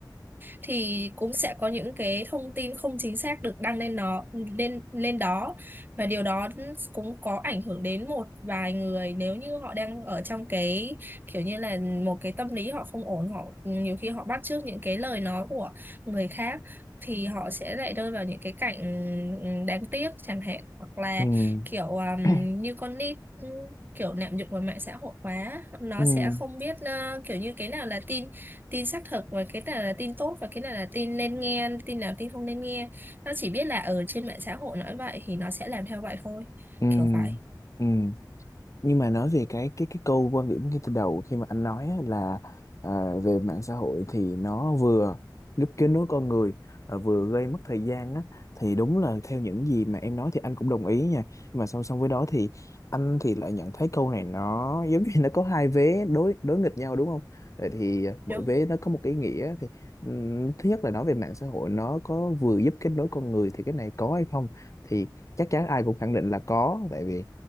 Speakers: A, on the right; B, on the left.
A: thì cũng sẽ có những cái thông tin không chính xác được đăng lên nó lên lên đó và điều đó cũng có ảnh hưởng đến một vài người nếu như họ đang ở trong cái kiểu như là một cái tâm lý họ không ổn họ nhiều khi họ bắt chước những cái lời nói của người khác thì họ sẽ lại rơi vào những cái cảnh ừm, đáng tiếc chẳng hạn hoặc là
B: Ừ. Ừ.
A: kiểu ừm,
B: <coughs>
A: như con nít ừm, kiểu lạm dụng vào mạng xã hội quá nó
B: Ừ.
A: sẽ không biết ờ, kiểu như cái nào là tin tin xác thực và cái nào là tin tốt và cái nào là tin nên nghe tin nào tin không nên nghe nó chỉ biết là ở trên mạng xã hội nói vậy thì nó sẽ làm theo vậy thôi
B: Ừ.
A: kiểu vậy
B: Ừ. nhưng mà nói về cái cái cái câu quan điểm ngay từ đầu khi mà anh nói á, là à, về mạng xã hội thì nó vừa giúp kết nối con người à, vừa gây mất thời gian á thì đúng là theo những gì mà em nói thì anh cũng đồng ý nha nhưng mà song song với đó thì anh thì lại nhận thấy câu này nó <laughs> giống như nó có hai vế đối đối nghịch nhau đúng không vậy thì à, mỗi
A: đúng không?
B: vế nó có một cái ý nghĩa thì ừm, thứ nhất là nói về mạng xã hội nó có vừa giúp kết nối con người thì cái này có hay không thì chắc chắn ai cũng khẳng định là có tại vì